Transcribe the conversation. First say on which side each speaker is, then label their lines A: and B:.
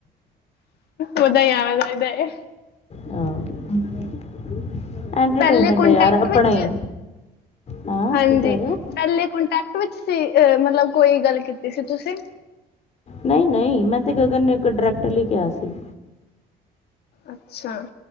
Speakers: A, on the left; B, on the left.
A: ਪਤਾ ਹੀ ਆਣਾ ਚਾਹੀਦਾ ਹੈ
B: ਹਾਂ <unintelligible> ਐਂਟਰਟੇਨਮੈਂਟ
A: ਪਹਿਲੇ ਕੋਂਟੈਕਟ
B: ਹੈ ਯਾਰ ਆਪਣਾ
A: ਵਿਚ
B: ਹੀ ਹਾਂ
A: ਹਾਂਜੀ
B: ਕੀ ਕਹਿ ਰਹੇ ਹੋ
A: ਪਹਿਲੇ ਕੋਂਟੈਕਟ ਵਿਚ ਸੀ ਮਤਲਬ ਕੋਈ ਗੱਲ ਕੀਤੀ ਸੀ ਤੁਸੀਂ
B: ਨਹੀਂ ਨਹੀਂ ਮੈਂ ਤੇ ਗਗਨ ਨੇ ਇੱਕ ਡਰੈਕਟਰ ਲਈ ਕਿਹਾ ਸੀ
A: ਅੱਛਾ ਅੱਛਾ